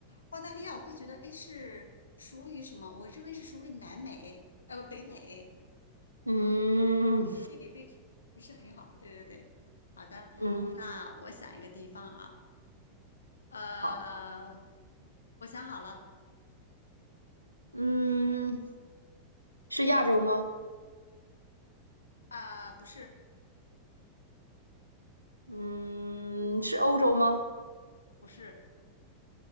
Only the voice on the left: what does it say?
澳大利亚，我会觉得，哎，是属于什么？我认为是属于南美，呃，不，北美。
我的地理位置不是很好，对对对。好的，
那我想一个地方啊，呃，
我想好了，
啊、不是，
不是，